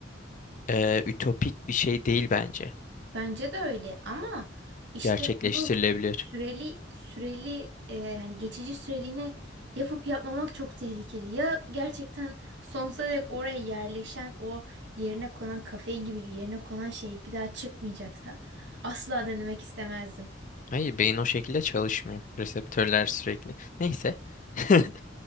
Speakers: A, on the left (about 45°); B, on the right (about 65°).
A: e, ütopik bir şey değil bence.
B: Bence de öyle ama işte
A: Gerçekleştirilebilir.
B: bunu süreli süreli e, hani geçici süreliğine yapıp yapmamak çok tehlikeli. Ya gerçekten sonsuza dek oraya yerleşen o yerine konan kafein gibi yerine konan şey bir daha çıkmayacaksa asla denemek istemezdim.
A: Hayır beyin o şekilde çalışmıyor. Reseptörler sürekli. Neyse. <laughs>